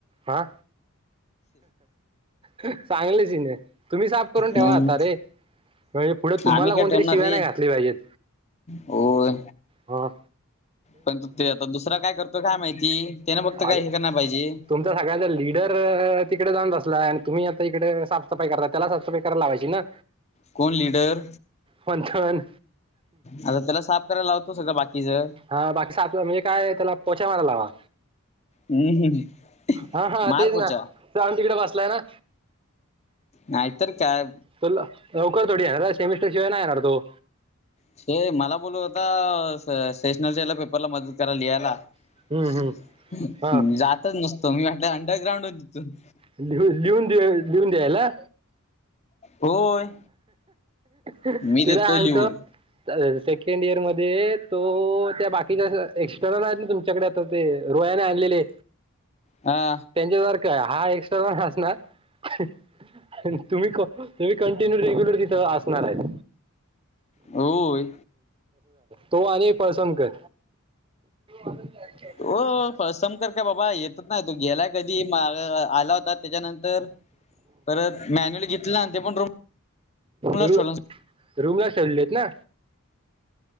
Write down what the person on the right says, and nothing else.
हा. चांगलीचइन तुम्ही साफ करून ठेवा
आता रे. म्हणजे पुढे तुम्हाला
कोणतरी
शिव्या
नाही घातल्या पाहिजेत.
हो.
अ
तुम- सगळ्यांचा ल लीडर तिकडे जाऊन बसलाय आणि तुम्ही आता इकडे साफसफाई करता. त्याला साफसफाई करायला लावायची ना?
मंथन
हा. बाकी साफ म्हणजे काय? त्याला पोछा मारायला लावा.
हा हा.
तेच ना राम् तिकडे बसलाय ना.
तो लवकर थोडी येणार? सेमिस्टर शिवाय नाही येणार तो.
हम्म
हम्म हा
लिह लिहून दे, लिहून द्यायला?
तुला
सांगतो.
सेकंड इयर मध्ये तो, त्या बाकीच्या एक्स्टर्नल आहेत ना तुमच्याकडे? ते रोह्याने आणलेले.
त्यांच्यासारखा हा एक्स्ट्रा पण असणार तुम्ही कंटिन्यू रेग्युलर तिथ असणार आहेत
तो आणि पळसमकर ह <unintelligible>
रु
रूमला शेवले आहेत ना